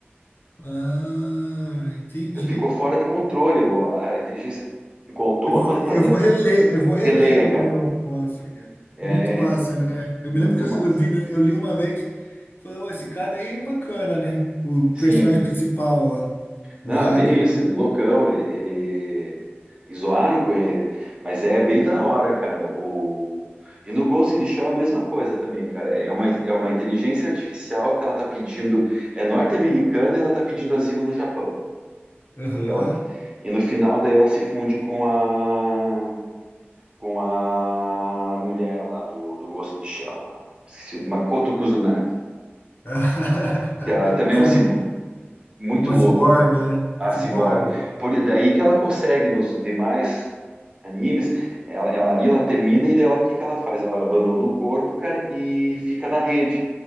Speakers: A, on the left; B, on the right.
A: Ah, entendi.
B: Ficou fora de controle. o- A a inteligência ficou autônoma,
A: Eu vou,
B: tá
A: eu
B: dentro.
A: vou reler, eu vou reler
B: Releia,
A: o
B: cara.
A: Neuromancer, cara.
B: É,
A: Muito massa, né? Eu
B: muito
A: me lembro que eu,
B: massa.
A: eu vi, eu li uma vez, falei, "Ô, esse cara aí é bacana, né? O personagem
B: Sim.
A: principal lá,
B: Não,
A: o hacker,
B: é bem isso.
A: né?
B: Loucão, ele, ele... e Zoaram com ele. Mas é bem da hora, cara. O... E no Ghost in the Shell é a mesma coisa também, cara. É uma, é uma inteligência artificial que ela tá pedindo. É norte-americana e ela tá pedindo asilo no Japão.
A: Aham.
B: Porque ela e no final daí ela se funde com a com a mulher lá do do Ghost in the Shell lá. Esqueci, Makoto Kusunagi,
A: <laughs>
B: que ela também
A: Sabe,
B: é uma cib- muito
A: É uma
B: louco,
A: ciborga,
B: cara.
A: né? Uma
B: A
A: ciborga.
B: ciborgue. Por daí que ela consegue nos demais animes, ela, ela ali ela termina e dela o que que ela faz? Ela abandona o corpo, cara, e fica na rede,